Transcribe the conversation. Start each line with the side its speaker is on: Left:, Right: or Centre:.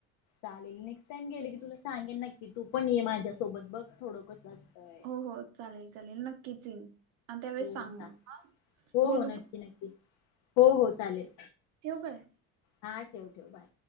Left: लेली नेक्स्ट टाईम गेले की तुला सांगेन नक्की तू पण ये माझ्यासोबत बघ थोडं कसं असतंय
Right: हो हो चालेल चालेल नक्कीच येई त्यावे
Left: हो
Right: सांग
Left: हो चालेल
Right: मग
Left: हो
Right: बू
Left: हो नक्की नक्की हो हो चालेल
Right: ठेऊ काय
Left: हा ठेव ठेव बाय